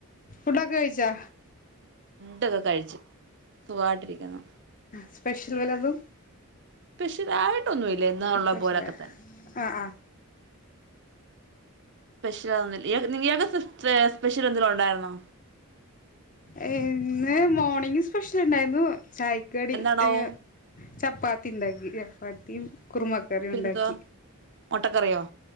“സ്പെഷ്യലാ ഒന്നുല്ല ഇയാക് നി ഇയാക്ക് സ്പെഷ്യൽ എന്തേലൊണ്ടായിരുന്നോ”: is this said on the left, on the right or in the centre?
Right